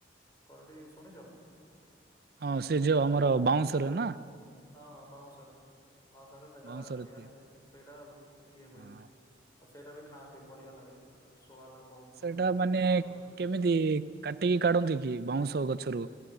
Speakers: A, on the left (about 20°); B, on the right (about 55°).
A: କରଡ଼ି ଶୁଣିଛ?
B: ହଁ ସେ ଯୋଉ ଆମର ବାଉଁଶରେ ନା?
A: ହଁ ହଁ ବାଉଁଶରେ ବାଉଁଶରେ ସେଇଟା
B: ବାଉଁଶର
A: ତିଆରି
B: ତି
A: ସେଇଟା ଇଏ
B: ହଁ
A: ହୁଏ। ଆଉ ସେଇଟା ବି ଖାଆନ୍ତି ବଢିଆ ଲାଗେ ତ ତାର ସୁଆଦ ବହୁତ।
B: ସେଟା
A: ଭଲ
B: ମାନେ
A: କରଡି
B: କେମିତି କାଟିକି କାଢନ୍ତି କି ବାଉଁଶ ଗଛରୁ।